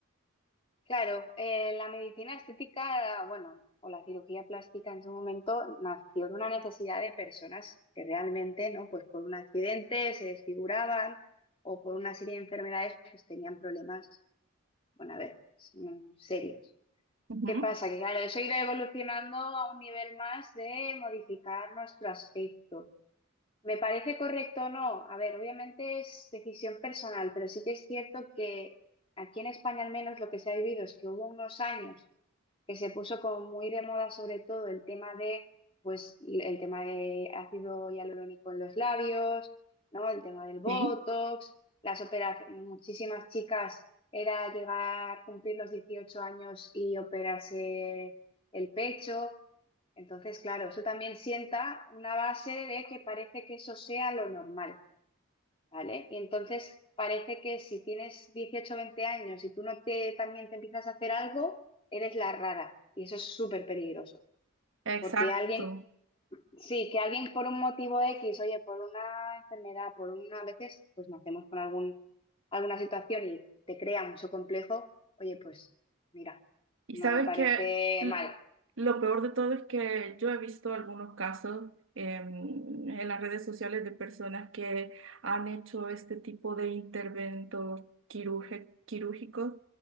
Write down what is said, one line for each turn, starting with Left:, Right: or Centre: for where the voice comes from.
Left: Claro, eh, la medicina estética, bueno, o la cirugía plástica en su momento nació de una necesidad de personas que realmente, ¿no? Pues por un accidente se desfiguraban o por una serie de enfermedades, pues tenían problemas, bueno, a ver, mm, serios.
Right: Ujú,
Left: ¿Qué pasa? Que claro, eso irá evolucionando a un nivel más de modificar nuestro aspecto ¿Me parece correcto o no? A ver, obviamente es decisión personal, pero sí que es cierto que aquí en España al menos lo que se ha vivido es que hubo unos años que se puso como muy de moda sobre todo el tema de, pues, el tema de ácido hialurónico en los labios, ¿no? El tema del Botox,
Right: Sí,
Left: las operaciones, muchísimas chicas era llegar a cumplir los 18 años y operarse el pecho. Entonces, claro, eso también sienta una base de que parece que eso sea lo normal. ¿vale? Y entonces parece que si tienes 18 o 20 años y tú no te también te empiezas a hacer algo, eres la rara. Y eso es súper peligroso.
Right: exacto.
Left: Porque alguien, sí, que alguien por un motivo X, oye, por una enfermedad, por una, a veces, pues nacemos con algún, alguna situación y te crea mucho complejo, oye, pues mira,
Right: Y
Left: no
Right: sabes
Left: me parece
Right: que l-
Left: mal.
Right: lo peor de todo es que yo he visto algunos casos em, en las redes sociales de personas que han hecho este tipo de interventos quirúrge- quirúrgicos